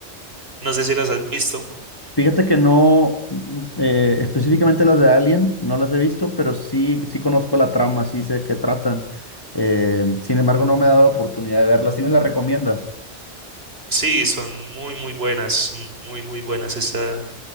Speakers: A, on the right (about 60°); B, on the left (about 20°).
A: No sé si las has visto.
B: Fíjate que no, mm, eh, específicamente las de Alien, no las he visto, pero sí, sí conozco la trama, sí sé qué tratan. Eh, sin embargo, no me he dado la oportunidad de verlas. ¿Sí me las recomiendas?
A: Sí, son muy, muy buenas, muy, muy buenas. Esa, o